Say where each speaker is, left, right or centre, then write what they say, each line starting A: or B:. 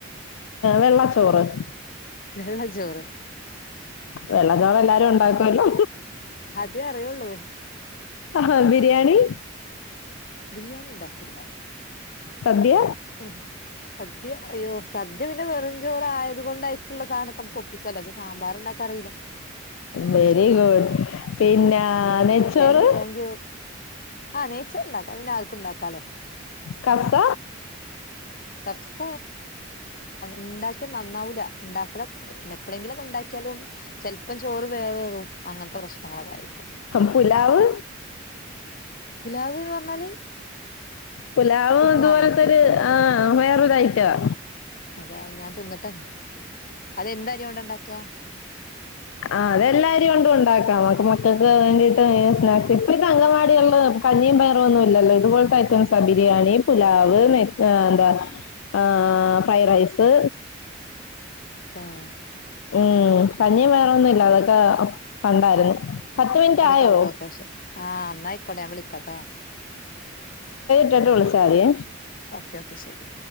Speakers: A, on the left; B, on the left.
A: വെള്ളച്ചോറ്
B: നല്ല ചോറ്
A: വെള്ളച്ചോറ് എല്ലാരും ഉണ്ടാക്കുവല്ലോ
B: അതെ അറിയുള്ളൂ
A: ആഹ് ബിരിയാണി
B: ബിരിയാണിണ്ടാക്കൂല
A: സദ്യ
B: ഉം സദ്യ അയ്യോ സദ്യ പിന്നെ വെറും ചോറ ആയത് കൊണ്ട് അയക്കുള്ള സാധനൊക്കെ ന ഒപ്പിക്കാല്ലോ പക്ഷെ സാമ്പാറണ്ടാക്കാ അറിയില്ല <unintelligible>
A: വെരി ഗുഡ് പിന്നെ
B: യാ
A: നെയ്ച്ചോറ്
B: താങ്ക്യു താങ്ക്യു ആഹ് നെയ്ച്ചോറ് ഉണ്ടാക്കാം പിന്നെ ആർക്കും ഉണ്ടാക്കാലോ
A: കഫ്സ
B: കപ്സ ഉണ്ടാക്കിയ നന്നാവൂല ഉണ്ടാക്കലൊ പിന്നെ എപ്പോഴെങ്കിലൊക്കെ ഉണ്ടാക്കിയാലും ചെലപ്പം ചോറ് വേവ് ഏറും അങ്ങനത്തെ പ്രശ്നങ്ങളൊക്കെ ആയിരിക്കും
A: പുലാവ്
B: പുലാവ് എന്ന് പറഞ്ഞാല്
A: പുലാവും
B: ഉപ്പുമാവോ
A: ഇതുപോലത്തരു ആഹ് വേറൊരു ഐറ്റവാ
B: അതാ ഞാൻ തിന്നിട്ട അതെന്തരി കൊണ്ടാ ഉണ്ടാക്ക
A: ആ അതെല്ലാ അതി കൊണ്ടും ഉണ്ടാക്കാം മ മക്കൾക്ക് വേണ്ടിട്ട് സ്നാക്സ് ഇപ്പഴത്തെ അങ്കനവാടികളില് കഞ്ഞിയും പയറ് ഒന്നും ഇല്ലല്ലോ ഇതുപോലത്തെ ഐറ്റംസ ബിരിയാണി പുലാവ് എന്താ ആ ഫ്രൈഡ് റൈസ്
B: ഉം ആഹ്
A: ഉം കഞ്ഞിയും വേറെൊന്നുമല്ല അതൊക്കെ പണ്ടായിരുന്നു പത്ത്
B: യി
A: മിനിറ്റ്
B: അതൊക്കെ
A: ആയോ
B: ഔട്ട് ഓഫ് ഫാഷൻ ആഹ് ന്നായിക്കോട്ടെ ഞൻ വിളിക്കോട്ടോ
A: ട്ട് വിളിച്ചാൽ മതിയേ
B: ഓക്കേ ഓക്കെ ശരി